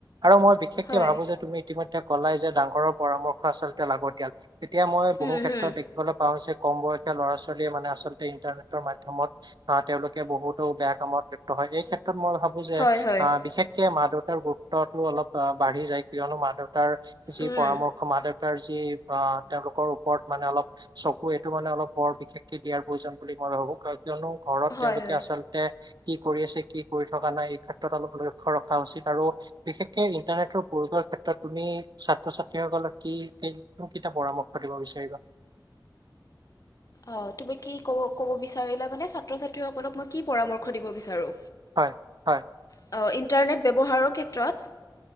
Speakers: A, on the right; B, on the left.
A: আৰু মই বিশেষকে
B: হয়
A: ভাবো যে তুমি ইতিমধ্যে কলাই যে ডাঙৰৰ পৰামৰ্শ আচলতে লাগতিয়াল তেতিয়া মই
B: হুম
A: বহু ক্ষেত্ৰত
B: হুম
A: দেখিবলৈ পাও যে কম বয়সীয়া ল'ৰা ছোৱালীয়ে মানে আচলতে ইন্টাৰনেটৰ মাই <unintelligible> ধমত আ তেওঁলোকে বহুতো বেয়া কামত লিপ্ত হয় এই ক্ষেত ত মই ভাবো যে
B: হয় হয়
A: আহ বিশেষকে মা দেউতাৰ গুৰুত্বতো অলপ অ বাঢ়ি যায় কিয়নো মা দেউতা <unintelligible> তাৰ যি
B: উম
A: পৰামৰ্শ মা দে তাৰ যি বা তেওঁলোকৰ ওপৰত মানে অলপ চকু এইটো মানে অলপ বৰ বিশেষকে দিয়াৰ প্ৰয়োজন বুলি মই ভাবোঁ। কিয়নো ঘৰত
B: হয়
A: তেওঁলোকে
B: হয়
A: আচলতে কি কৰি আছে কি কৰি থকা নাই এই ক্ষেত্ৰত অলপ লক্ষ্য ৰখা উচিত আৰু বিশেষকে ইণ্টাৰনেটৰ প্ৰয়োগৰ ক্ষেত্ৰত তুমি ছাত্ৰ ছাত্ৰীসকলক কি কোনকেইটা পৰামৰ্শ দিব বিচাৰিবা? <unintelligible> <inaudible>
B: অহ তুমি কি কব কব বিচাৰিলা মানে ছাত্ৰ ছাত্ৰীসকলক মই কি পৰামৰ্শ দিব বিচাৰো?
A: হয় হয়
B: অ ইণ্টাৰনেট ব্যৱহাৰৰ ক্ষেত্ৰত